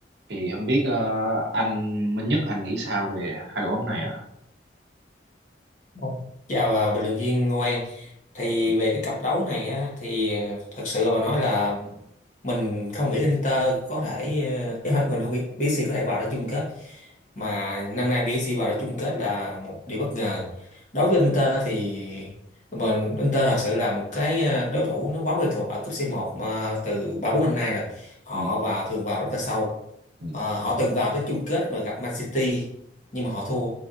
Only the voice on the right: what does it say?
thì không biết ờ, anh Minh Nhất anh nghĩ sao về hai đội bóng này ạ
ừ,
ừ,
ừ,